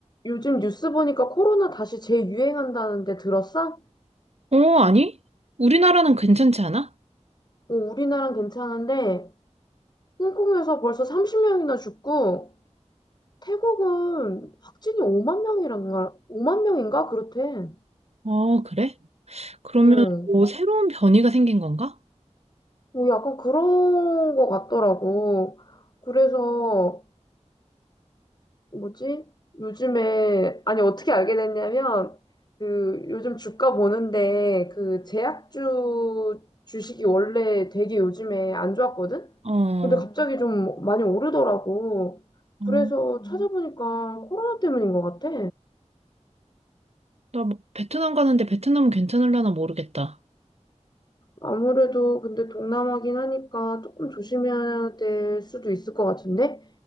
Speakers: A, on the left; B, on the right.
A: 요즘 뉴스 보니까 코로나 다시 재유행한다는데 들었어?
B: 어, 아니? 우리나라는 괜찮지 않아?
A: 어, 우리나라는 괜찮은데 홍콩에서 벌써 30명이나 죽고 태국은 확진이 5만 명이란가 5만 명인가 그렇대.
B: 어, 그래? 그러면
A: 응.
B: 뭐 새로운 변이가 생긴 건가?
A: 뭐 약간 그런 거 같더라고. 그래서 뭐지? 요즘에, 아니, 어떻게 알게 됐냐면, 그, 요즘 주가 보는데, 그, 제약주 주식이 원래 되게 요즘에 안 좋았거든?
B: 어,
A: 근데 갑자기 좀 많이 오르더라고.
B: 어,
A: 그래서 음. 찾아보니까 코로나 때문인 것 같아.
B: 나뭐 베트남 가는데 베트남은 괜찮을라나 모르겠다.
A: 아무래도 근데 동남아긴 하니까 조금 조심해야 될 수도 있을 것 같은데?